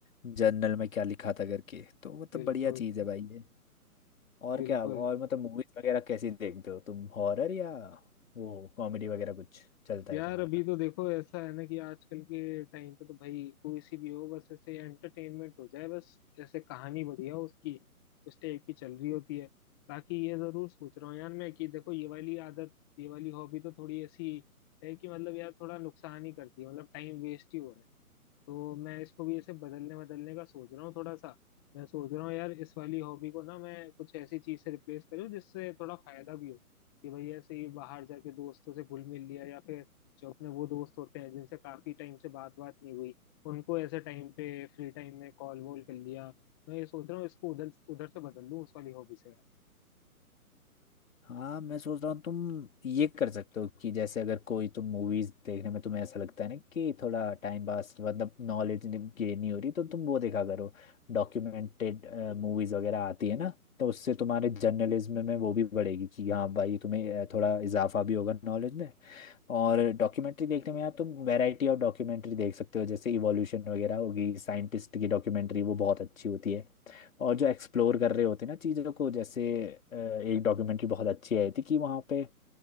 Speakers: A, on the left (about 60°); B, on the left (about 15°).
A: जर्नल में क्या लिखा था करके तो मतलब
B: बिल्कुल
A: बढ़िया चीज़ है भाई ये और
B: बिल्कुल
A: क्या और मतलब मूवीज वगैरह कैसी देखते हो तुम हॉरर या वो कॉमेडी वगैरह कुछ चलता
B: यार
A: है तुम्हारा
B: अभी तो देखो ऐसा है ना कि आजकल के टाइम पे तो भाई कोई सी भी हो बस ऐसे एंटरटेनमेंट हो जाए बस ऐसे कहानी बढ़िया हो उसकी उस टाइप की चल रही होती है बाकी ये जरूर सोच रहा हूँ यार मैं कि देखो ये वाली आदत ये वाली हॉबी तो थोड़ी ऐसी है कि मतलब यार थोड़ा नुकसान ही करती है मतलब टाइम वेस्ट ही हो रहा है तो मैं इसको भी ऐसे बदलने बदलने का सोच रहा हूँ थोड़ा सा मैं सोच रहा हूँ यार इस वाली हॉबी को ना मैं कुछ ऐसी चीज से रिप्लेस करूँ जिससे थोड़ा फायदा भी हो कि भाई ऐसे ही बाहर जाके दोस्तों से घुल मिल लिया या फिर जो अपने वो दोस्त होते हैं जिनसे काफी टाइम से बात बात नहीं हुई उनको ऐसे टाइम पे फ्री टाइम में कॉल वॉल कर लिया मैं ये सोच रहा हूँ इसको उधर उधर से बदल लूँ उस वाली हॉबी से
A: हाँ मैं सोच रहा हूँ तुम ये कर सकते हो कि जैसे अगर कोई तुम मूवीज देखने में तुम्हें ऐसा लगता है ना कि थोड़ा टाइम पास मतलब नॉलेज गेन नहीं हो रही तो तुम वो देखा करो डॉक्यूमेंटेड मूवीज वगैरह आती है ना तो उससे तुम्हारे जर्नलिज्म में वो भी बढ़ेगी कि हाँ भाई तुम्हें अ, थोड़ा इजाफा भी होगा नॉलेज में और डॉक्यूमेंट्री देखने में आप तुम वैरायटी ऑफ डॉक्यूमेंट्री देख सकते हो जैसे इवोल्यूशन वगैरह होगी साइंटिस्ट की डॉक्यूमेंट्री वो बहुत अच्छी होती है और जो एक्सप्लोर कर रहे होते हैं ना चीज़ों को जैसे अ, एक डॉक्यूमेंट्री बहुत अच्छी आई थी कि वहाँ पे